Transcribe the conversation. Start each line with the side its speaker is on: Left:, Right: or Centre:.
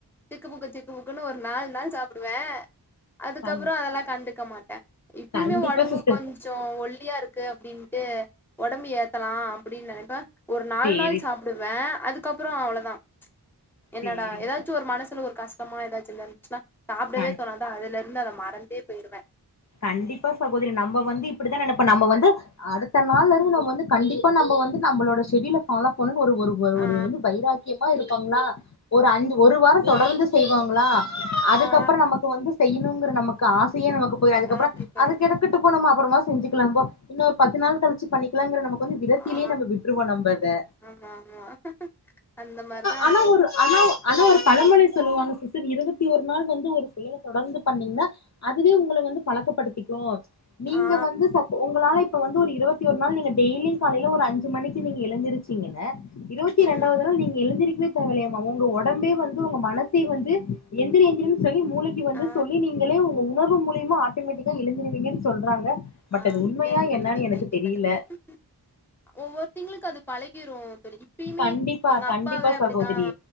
Centre: சிக்கு புக்கு சிக்கு புக்குன்னு ஒரு நாலு நாள் சாப்பிடுவே அதுக்கப்புறம்
Left: கண்
Centre: அதெல்லாம் கண்டு கமாட்ட இப்பயுமே
Left: கண்டிப்பா
Centre: ஒடம்பு
Left: சிஸ்டர்
Centre: கொஞ்ச ஒல்லியா இருக்கு அப்டின்ட்டு ஒடம்பு ஏத் லாம் அப்டினு நெனப்ப ஒரு நாலு
Left: சேரி
Centre: நாள் சாப்பிடுவ அதுக்கப்புற அவ்ளோதா என்னடா
Left: சேரிங்க
Centre: எதாச்சு
Left: ச
Centre: ஒரு மனசுல ஒரு கஷ்டமா எதாச்சு இல்ல சாப்டவே
Left: கண்
Centre: தோணாதா அதுல வந்து அத மறந்தே போய்ருவ
Left: கண்டிப்பா சகோதரி நம்ப வந்து இப்டிதா நெனப்போ நம்ப வந்து அடுத்த நாளு வந்து கண்டிப்பா நம்ப வந்து நம்மளோட ஷெடியூல ஃபாலோ பண்ணு ஒரு ஒரு
Centre: ஆ
Left: ஒரு வந்து வைராக்கியமா இருப்பாங்களா ஒரு அஞ்சு ஒரு வாரம் தொடர்ந்து செய்வாங்களா அதுக்கப்பறம்
Centre: ஆ
Left: நமக்கு வந்து செய்யணுங்கிற நமக்கு ஆசயே நமக்கு போய அப்புறம்
Centre: ஆத்தி போயிரு
Left: அது கெடக்கட்டு போ நம்ம அப்புறமா செஞ்சுக்கலாபோ இன்னொரு பத்து நாள் களிச்சி பண்ணிக் நமக்கு வந்து விரத்திலயே
Centre: ஆ
Left: நம்ப விட்டுருவோ நம்ப அத
Centre: ஆமா ஆமா அந்த மாரிதா ஆச்சு
Left: ஆனா ஒரு ஆனா ஆனா ஒரு பழமொழி சொல்லுவாங்க சிஸ்டர் இருபத்தி ஒரு நாள் வந்து ஒரு செயல தொடர்ந்து பண்ணீங்கன்னா அதுவே உங்கள வந்து பழக்கப்படுத்திக்கு நீங்க
Centre: ஆ
Left: வந்து சப் உங்களால இப் இப்ப வந்து ஒரு இருவத்தி ஒரு நாளு நீங்க டெய்லி காலயில ஒரு அஞ்சு மணிக்கு நீங்க எந்திருச்சிங்கன்ன இருவத்தி
Centre: ம்
Left: ரெண்டாவது நாள் நீங்க எழுந்திருக்குவே லைய உங்க ஒடம்பே வந்து உங்க மனசே வந்து எந்திரி எந்திரினு சொல்லி மூலைக்கு வந்து
Centre: ஆ
Left: சொல்லி நீங்களே உங்க உணவு மூலியமா ஆட் ஆட்டமெட்டிக்கா எழுந்திருவீங்கனு சொல்றாங்க பட்
Centre: ஆ
Left: அது உண்மையா
Centre: கேள்விப்பட்டிருக்க
Left: என்னன்னு எனக்கு
Centre: கேள்விப்பட்டிருக்க
Left: தெரியல
Centre: ஒவ்வொரு தங்களுக்கு அது பழ க்கிறோ இப்பயுமே
Left: கண்டிப்பா
Centre: எங்க
Left: கண்டிப்பா
Centre: அப்பாவே அப்டிதா
Left: சகோதரி